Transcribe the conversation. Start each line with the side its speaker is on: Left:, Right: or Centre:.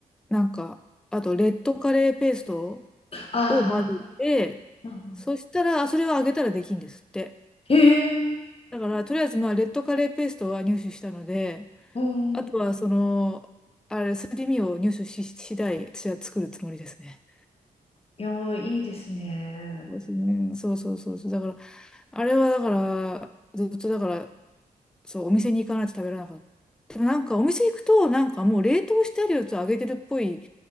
Centre: なんか、あと、レッドカレーペースト
Left: あ
Centre: を混ぜて、
Left: ーうんうん
Centre: そしたら、あそれを揚げたらできんですって。
Left: へえ、
Centre: だから、とりあえず、まあ、レッドカレーペーストは入手したので、
Left: おー
Centre: あとは、その、あれ、すり身を入手し次第、私は作るつもりですね。
Left: いやー、いいですね。
Centre: そうですねそうそうそうそう。だから、あれはだから、ずっとだから、そう、お店に行かないと食べられなかった。でもなんか、お店行くと、なんかもう冷凍してあるやつを揚げてるっぽい